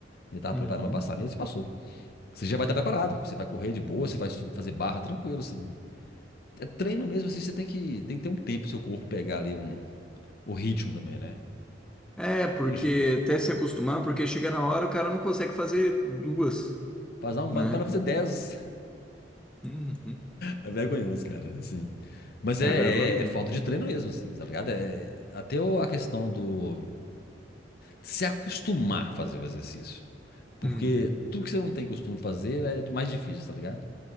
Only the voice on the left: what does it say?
Ele tava
preparando para passar mesmo, você passou. Você já vai estar preparado. Você vai correr de boa, você vai su- fazer barra tranquilo, assim. É treino mesmo, assim, você tem que, tem que ter um tempo pro seu corpo pegar ali um, o ritmo também, né?
Tem jeito.
Fazer um,
para fazer 10.
É vergonhoso, cara, assim. Mas é,
é- é
falta de treino mesmo, assim, tá ligado? É, até o- a questão do de se acostumar a fazer o exercício. Porque
tudo que você não tem costume de fazer é mais difícil, tá ligado?